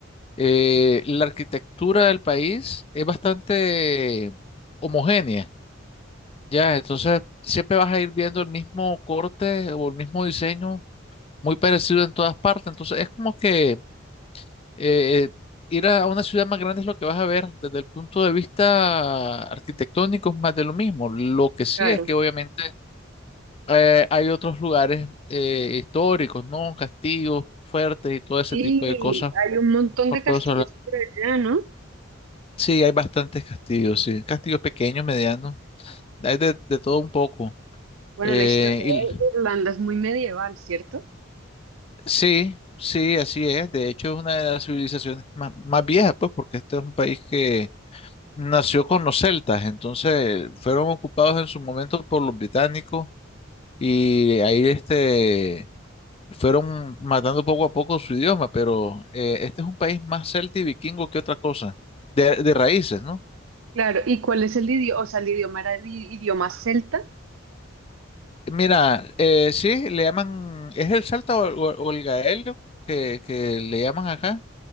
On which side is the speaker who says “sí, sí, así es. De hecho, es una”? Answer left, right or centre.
Left